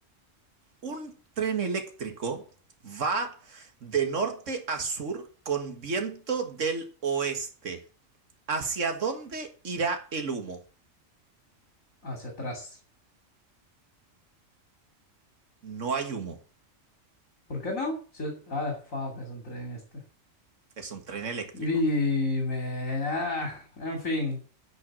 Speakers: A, on the right; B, on the left.
A: Un tren eléctrico va de norte a sur con viento del oeste. ¿Hacia dónde irá el humo?
B: hacia atrás.
A: No hay humo.
B: ¿Por qué no? Si- ah, fuck, es un tren este.
A: Es un tren eléctrico.
B: Dime, ah, en fin,